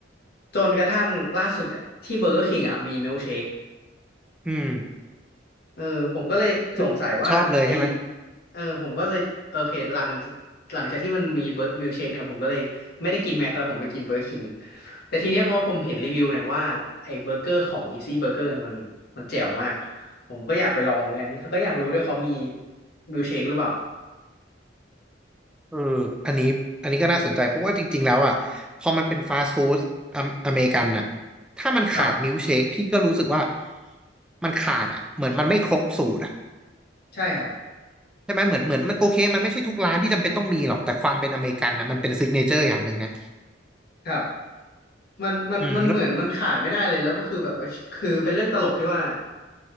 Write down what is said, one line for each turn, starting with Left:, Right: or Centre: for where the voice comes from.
Left: จนกระทั่งล่าสุดอะที่เบอร์เกอร์คิงอ่ะมีมิลเชค
Centre: อืม
Left: เออผมก็เลยสงสัยว่าไอ
Centre: คือชอบเลยใช่ไหม
Left: เออผมก็เลยโอเคหลังหลังจากที่มันมีเบอร์มิลเชคเนี่ยผมก็เลยไม่ได้กินแม็กแล้วผมไปกินเบอร์คิงแต่ทีเนี้ยพอผมเห็นรีวิวเนี่ยว่าไอเบอร์เกอร์ของอีซี่เบอร์เกอร์นี่ยมันมันแจ๋วมากผมก็อยากไปลองเหมือนกันเขาก็อยากรู้ด้วยเขามีมิลเชคหรือเปล่า
Centre: เอออันนี้อันนี้ก็น่าสนใจเพราะว่าจริงๆแล้วอ่ะพอมันเป็นฟาสต์ฟู้ดอเมอเมริกันน่ะถ้ามันขาดมิลค์เชคพี่ก็รู้สึกว่า
Left: ครับ
Centre: มันขาดอ่ะเหมือนมันไม่ครบสูตรอ่ะ
Left: ใช่ครับ
Centre: ใช่ไหมเหมือนเหมือนมันโอเคมันไม่ใช่ทุกร้านที่จำเป็นต้องมีหรอกแต่ความเป็นอเมริกันนะมันเป็นซิกเนเจอร์อย่างหนึ่งนะ
Left: ครับ มันมันมันเหมือนมันขาดไม่ได้เลยแล้วก็คือแบบว่าคือเป็นเรื่องตลกที่ว่า
Centre: อืมแล้ว